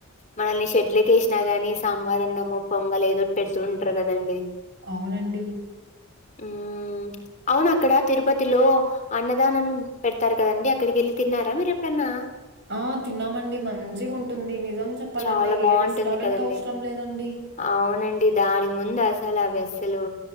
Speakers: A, on the left; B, on the right.
A: మనల్ని షెడ్లోకేసినా గాని సాంబార్ అన్నమో పొంగలో ఏదోటి పెడుతూ ఉంటారు కదండి
B: అవునండి
A: హ్మ్ అవును అక్కడ తిరుపతిలో అన్నదానం పెడతారు కదండి అక్కడికి ఎళ్ళి తిన్నారా మీరు ఎప్పుడన్నా
B: ఆ తిన్నామండి మంచిగా ఉంటుంది నిజం చెప్పాలంటే
A: చాలా బాగుంటుంది
B: ఏ రెస్టారెంట్
A: కదండి
B: అవసరం లేదండి
A: అవునండి దాని ముందు అసలు అవి అస్సలు